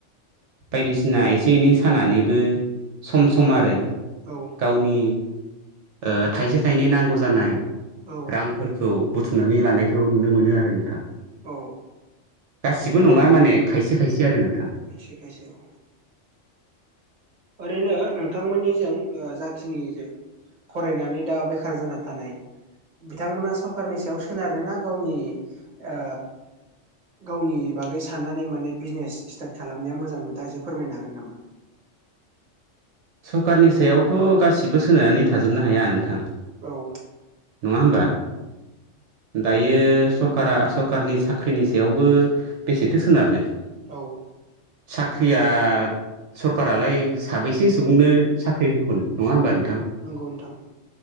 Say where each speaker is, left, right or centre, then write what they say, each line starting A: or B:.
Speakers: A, on the right; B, on the right.
A: बायदिसिना एसे एनै सानानैबो सम सम आरो
B: औ।
A: गावनि ओ थाइसे थाइनै नांगौ जानाय
B: औ
A: रांफोरखौ बुथुमनानै लानायखौ नुनो मोनो आरो नोंथां।
B: औ।
A: गासिबो नङा माने खायसे खायसे आरो नोंथां
B: खायसे खायसे औ। ओरैनो नोंथांमोननि जों ओ जाखिनि जों फरायनानै दा बेखार जाना थानाय बिथांमोना सरखारारनि सायाव सोनारोना गावनि ओ गावनि बागै साननानै माने बिजनेस स्टार्ट खालामनाया मोजां नोंथाङा एसे फोरमायनो हागोन नामा?
A: सरकारनि सायावथ' गासिबो सोनारनानै थाजोबनो हाया नोंथां।
B: औ
A: नङा होमबा। दायो सरकारा सरकारनि साख्रिनि सायावबो बेसेथो सोनारनो।
B: औ।
A: साख्रिया सरखारालाय साबैसे सुबुंनो साख्रि होखनो नङा होनोमबा नों
B: नंगौ नोंथां।